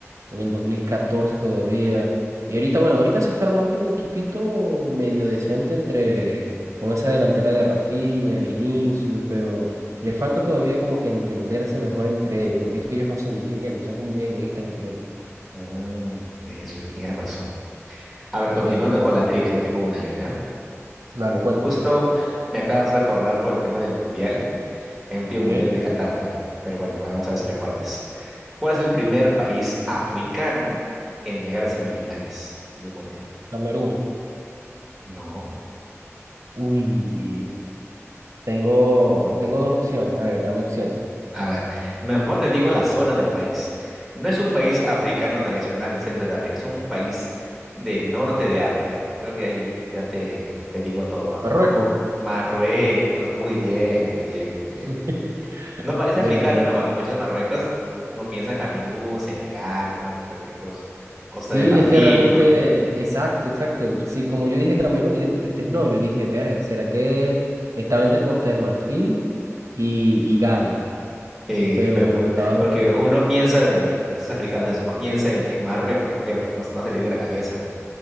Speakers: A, on the right (about 85°); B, in the centre.
A: en el 2014 todavía. Y ahorita, bueno, ahorita se está armando un equipito medio decente entre, con esa delantera de Rafinha, Vinicius, pero le falta todavía como que entenderse mejor entre ellos, porque es que ellos no se entienden, son como muy egoístas entre ellos.
B: Mm, eso sí tienes razón. A ver, continuando
A: Sí.
B: con la trivia, te tengo una yo, ¿ya?
A: Dale, cuéntame.
B: Justo me acabas de acordar por el tema del mundial. En el último
A: ¿ok?
B: mundial de Qatar fue. Pero bueno, vamos a ver si te acuerdas. ¿Cuál es el primer país africano en llegar a semifinales de un mundial?
A: Camerún.
B: No.
A: Uy, tengo,
B: Mm.
A: tengo dos opciones. A ver, dame opciones.
B: A ver, mejor te digo la zona del país. No es un país africano tradicional del centro de África, es un país del norte de África. Creo que ahí ya te, te digo todo. ¿ah?
A: Marruecos.
B: Marruecos, muy bien, muy bien, muy bien.
A: <laughs>
B: No parece
A: Bueno,
B: africano,
A: bueno.
B: ¿no? Cuando escuchas Marruecos, pues, uno piensa Camerún, Senegal, ¿no? Esos equipos, Costa
A: Sí,
B: de Marfil,
A: es que realmente,
B: ¿no?
A: exacto, exacto. Sí, como yo dije Camerún y después tú dijiste no, yo dije, verga, ¿será que estaba entre Costa de Marfil y, y Ghana?
B: Eh,
A: Pero
B: pero,
A: estaba
B: porque
A: dudando.
B: uno piensa en países africanos, eso, no piensa en, en Marruecos, por ejemplo, no, no se le viene a la cabeza.